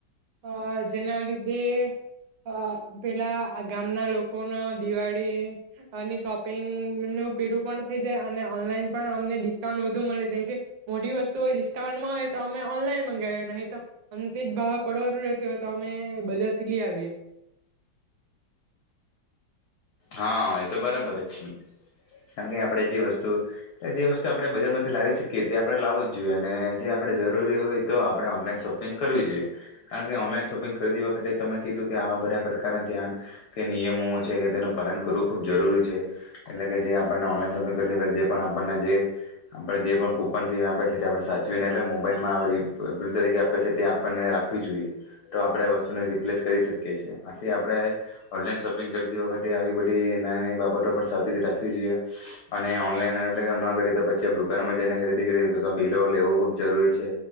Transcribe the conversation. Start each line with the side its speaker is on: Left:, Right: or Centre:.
Right: અ જેના લીધે અ પેલા આ ગામના લોકોનો દિવાળીની અને શોપિંગનું પેલુ પણ કે જે અને ઓનલાઈન પણ અમને ડિસ્ક કાઉન્ટ વધુ મળે. જેમ કે મોટી વસ્તુ હોય કાઉન્ટમાં હોય તો અમે ઓનલાઈન મંગાવીએ નહી તો અમથી જ <unintelligible> રહેત હોય તો અમે બજારથી લઈ આવીએ.
Left: હા એ તો બરાબર જ છે. કારણ કે આપણે જે વસ્તુ એ જે વસ્તુ આપણે બજારમાંથી લાવી શકીએ તે આપણે લાવું જ જોઈએ અને જે આપણે જરૂરી હોય તો આપણે ઓનલાઈન શોપિંગ કરવી જોઈએ કારણ કે ઓનલાઈન શોપિંગ કરતી વખતે તમે કીધું કે આવા બધા પ્રકારના ધ્યાન કે નિયમો છે કે તેનું પાલન કરવું ખૂબ જરૂરી છે. એટલે કે જે આપણને ઓનલાઈન શોપિંગ કરતી વખતે જે પણ આપણને જે આપણે જે પણ કૂપન જે આપે છે તે આપણે સાચવીને એટલે મોબાઈલમાં વરી બિલ તરીકે આપે છે તે આપણને રાખવી જોઈએ તો આપણે વસ્તુને રિપ્લેશ કરી શકીએ છીએ. આથી આપણે ઓનલાઈન શોપિંગ કરતી વખતે આવી બધી નાની નાની બાબતો પણ સાવચતી રાખવી જોઈએ અને ઓનલાઈન એટલે ન કરીએ તો પછી આપ દુકાનમાં જઈને ખરીદી કરી તો બિલો લેવું ખુબ જરૂરી છે.